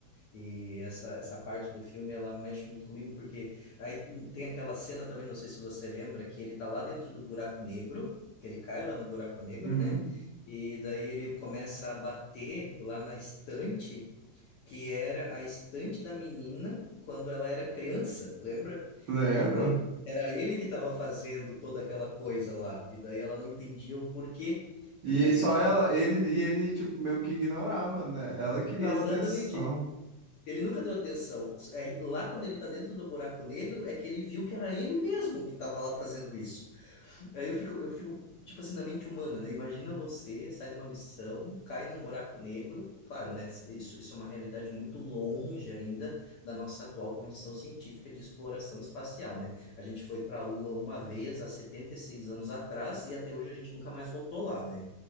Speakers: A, on the left; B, on the right.
A: E essa, essa parte do filme, ela mexe muito comigo, porque aí tem aquela cena também, não sei se você lembra, que ele tá lá dentro do buraco negro, que ele cai lá no buraco negro,
B: Uhum.
A: né? E daí ele começa a bater lá na estante, que era a estante da menina quando ela era criança, lembra?
B: Lembro.
A: E daí era ele que estava fazendo toda aquela coisa lá, e daí ela não entendia o porquê,
B: E
A: e daí
B: só
A: ela...
B: ela,
A: <laughs>
B: ele e ele tipo meio que ignorava, né? Ela que dava
A: Exatamente.
B: atenção.
A: Ele nunca deu atenção. É, lá quando ele tá dentro do buraco negro, é que ele viu que era ele mesmo que tava lá fazendo isso. Aí eu fico, eu fico, tipo assim, na mente humana, né? Imagina você sai numa missão, cai num buraco negro. Claro, né? Isso, isso é uma realidade muito longe ainda da nossa atual condição científica de exploração espacial, né? A gente foi para a Lua uma vez há 76 anos atrás e até hoje a gente nunca mais voltou lá, né?